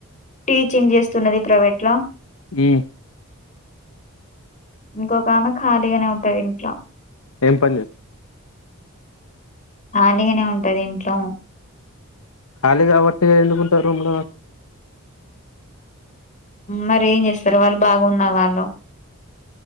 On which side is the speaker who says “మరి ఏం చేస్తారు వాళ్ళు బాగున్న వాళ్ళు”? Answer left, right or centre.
Left